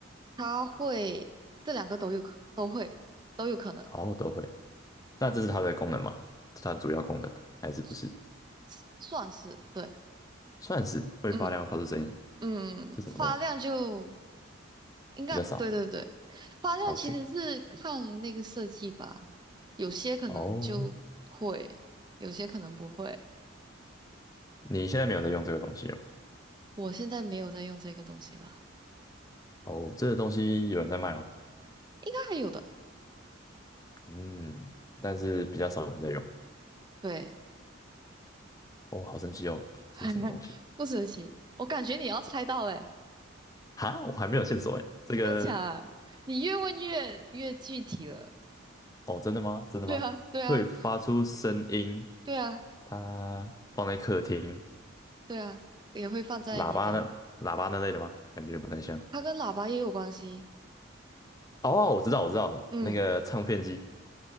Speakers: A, on the right; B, on the left.
A: 他会这两个都有可都会都有可能，
B: 哦，都会。那这是它的功能吗？它主要功能还是不是？
A: 他算是对，
B: 算是会发亮发出声音，
A: 嗯嗯，
B: 是什么东西？
A: 发量就应该对对对，
B: 比较少。
A: 发量其实是看那个设计吧，
B: OK，
A: 有些可能就会，
B: 哦，
A: 有些可能不会。
B: 你现在没有在用这个东西了吗？
A: 我现在没有在用这个东西了，
B: 哦，这个东西有人在卖吗？
A: 应该还有的，
B: 嗯，但是比较少人在用。
A: 对，
B: 哦，好神奇哦，
A: <laughs>
B: 这是什么东西？
A: 不神奇，我感觉你要猜到嘞，
B: 哈，我还没有线索哎。这个，
A: 真的假的？你越问越越具体了，
B: 哦，真的吗？真的吗？
A: 对啊对啊。
B: 会发出声音，
A: 对啊，
B: 它放在客厅，
A: 对啊，也会放在你的，
B: 喇叭那喇叭那类的吗？感觉不太像。
A: 它跟喇叭也有关系。
B: 哦，我知道，我知道了，
A: 嗯，
B: 那个唱片机